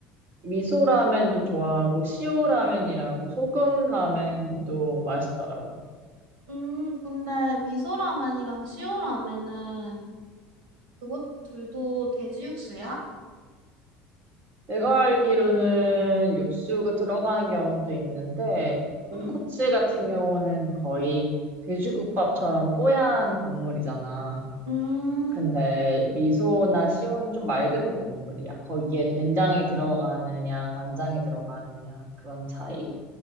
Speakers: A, on the right; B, on the right.
A: 미소 라면도 좋아하고, 시오 라면이라고, 소금 라면도 맛있더라고.
B: 음, 근데 미소 라면이랑 시오 라면은 그것 둘도 돼지 육수야?
A: 내가 알기로는 육수가 들어가는 경우도 있는데, 돈코츠
B: 응.
A: 같은 경우는 거의 돼지국밥처럼 뽀얀 국물이잖아.
B: 음,
A: 근데 미소나 시오는 좀 맑은 국물이야. 거기에 된장이 들어가느냐, 간장이 들어가느냐, 그런 차이?